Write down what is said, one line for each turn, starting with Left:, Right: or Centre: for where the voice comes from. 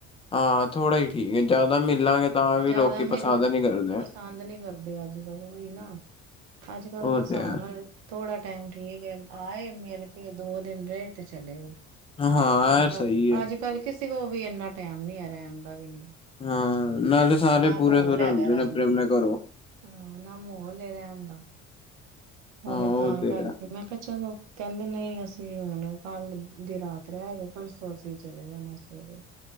Left: ਹਾਂ ਥੋੜ੍ਹਾ ਹੀ ਠੀਕ ਹੈ ਜਿਆਦਾ ਮਿਲਾਂਗੇ ਤਾਂ ਵੀ
Right: ਜਿਆਦਾ
Left: ਲੋਕੀ
Right: ਮਿਲ
Left: ਪਸੰਦ ਨੀ ਕਰਦੇ
Right: ਪਸੰਦ ਨੀ ਕਰਦੇ ਅੱਜ ਕੱਲ ਉਹੀ ਨਾ ਅੱਜ ਕਲ
Left: ਉਹ
Right: ਦੇ
Left: ਤੇ
Right: ਸਾਬ
Left: ਹੈ
Right: ਨਾਲ ਥੋੜਾ ਟਾਈਮ ਠੀਕ ਹੈ ਆਏ ਮਿਲ ਕੇ ਦੋ ਦਿਨ ਰਹੇ ਤੇ ਚਲੇ ਗਏ
Left: ਹਾਂ
Right: ਅੱਜ ਕੱਲ-ਅੱਜ
Left: ਸਹੀ ਹੈ
Right: ਕੱਲ ਕਿਸੇ ਕੋਲ ਵੀ ਇੰਨਾ ਟੈਮ ਨੀ ਆ ਰੈਣ ਦਾ ਵੀ ਨੀ
Left: ਹਾਂ ਨਾਲੇ ਸਾਰੇ
Right: ਨਾ
Left: ਪੂਰੇ
Right: ਮਾਹੌਲ
Left: ਸੂਰੇ
Right: ਹੈਗਾ
Left: ਹੁੰਦੇ
Right: ਰਹਿਣ
Left: ਨੇ ਆਪਣੇ-ਆਪਣੇ
Right: ਦਾ
Left: ਘਰੋਂ
Right: ਹਾਂ ਨਾ ਮਾਹੌਲ ਹੈ ਰਹਿਣ ਦਾ ਉਹ
Left: ਹਾਂ
Right: ਫੇਰ ਤਾਂ
Left: ਤੇ
Right: ਕਰਕੇ
Left: ਹੈ
Right: ਮੈਂ ਕਿਹਾ ਚਲੋ ਕੈਂਦੇ ਨਹੀਂ ਅਸੀਂ ਹੁਣ ਕੱਲ ਦੀ ਰਾਤ ਰੈਗੇ ਪਰਸੋਂ ਅਸੀਂ ਚਲੇ ਜਾਣਾ ਸਵੇਰੇ